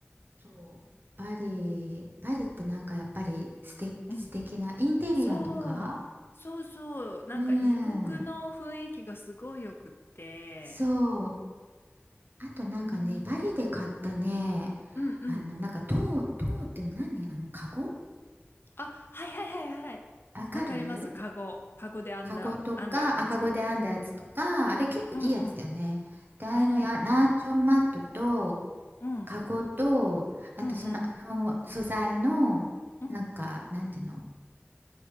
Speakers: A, on the right; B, on the left.
A: そう。バリ、バリってなんかやっぱり素敵、
B: うん
A: 素敵なインテリアとか
B: そう、そうそう、なんか異国の雰囲気がすごいよくって、
A: うん。そう。あとなんかね、
B: もうなんか、
A: バリで買ったね、
B: うんうん。
A: あの、なんか塔、塔っていうの何あの、カゴ
B: あ、はいはいはいはい。
A: わかる
B: わかります。カゴ、カゴで編んだ、
A: カゴとか、
B: 編んだ感じ。
A: 赤子で編んだやつとか、あれ結構いいやつだよね。
B: うんうん。
A: で、あれのや、
B: うん。
A: ランチョンマットと、
B: うん。
A: カゴと、あとその、
B: うんうん
A: あの、素材の、
B: うん。
A: なんか、なんていうの、